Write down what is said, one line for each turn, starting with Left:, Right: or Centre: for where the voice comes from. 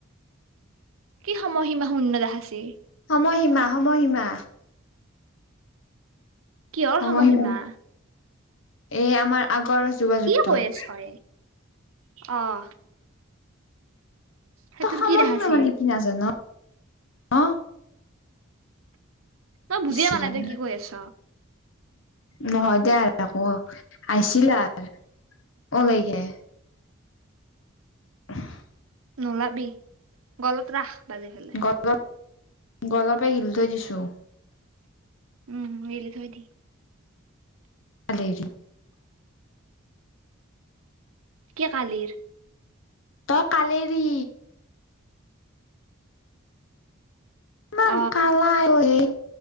Right: কি সময় সীমা শূন্য দেখাইছে?
Left: ময় সীমা, সময় সীমা
Right: কিহৰ
Left: সময়সীমা
Right: সময় সীমা?
Left: এই, আমাৰ আগৰ যোগাযোগটোৰ
Right: কৈ আছ তই অ'। সেইটোৰ
Left: তই সময়
Right: কি দেখাইছি
Left: সীমা মানে কি নাজান? অ'।
Right: তই বুজিয়ে
Left: ইচ
Right: <unintelligible>
Left: ৰাম
Right: কি কৈ আছ?
Left: নহয় দে, আকৌ আহিছিল আৰ অলৈকে <inaudible>
Right: নোলাবি, গলত ৰাখ। বাজি খেলে
Left: গলত গলৰ পৰাই গিলি থৈ দিছোঁ
Right: উম, গিলি থৈ দি
Left: <inaudible>
Right: কে, কালিৰ
Left: তই কালেৰি ইমান
Right: অ
Left: কালা অই